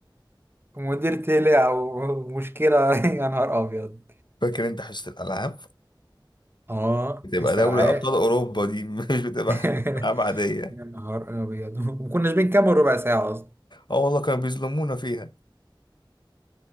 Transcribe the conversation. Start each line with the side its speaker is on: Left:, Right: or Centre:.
Right: <laughs> مدير طلع ومشكلة <laughs> يا نهار أبيض
Left: <laughs> فاكر انت حصة الالعاب
Right: اه
Left: بتبقى
Right: استلعاء
Left: دوري ابطال اوروبا دي <laughs> مش بتبقى
Right: <laughs>
Left: حصة العاب عادية
Right: يا نهار أبيض وكناش بنكمل ربع ساعة أصلا
Left: اه والله كانوا بيظلمونا فيها